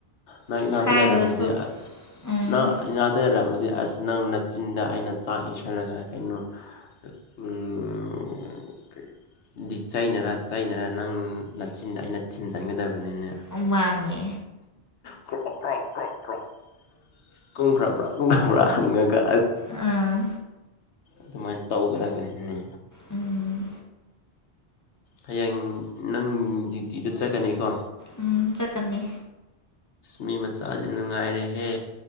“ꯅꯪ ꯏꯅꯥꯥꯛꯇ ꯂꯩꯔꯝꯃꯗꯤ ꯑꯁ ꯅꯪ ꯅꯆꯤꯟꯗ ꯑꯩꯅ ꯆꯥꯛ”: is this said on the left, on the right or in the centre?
Left